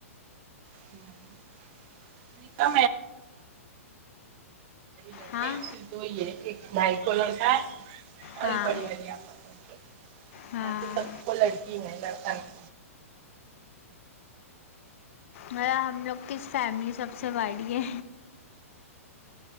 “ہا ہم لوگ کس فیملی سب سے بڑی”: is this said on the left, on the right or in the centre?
Left